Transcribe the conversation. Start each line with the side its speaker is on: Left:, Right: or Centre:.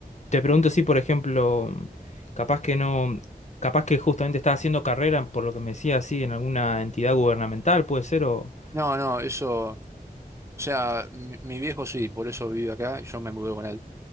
Left: te pregunto si, por ejemplo, capaz que no, capaz que justamente estás haciendo carrera, por lo que me decía así, en alguna entidad gubernamental, puede ser, o...
Right: No, no, eso, o sea, mi, mi viejo sí, por eso vive acá y yo me mudé con él.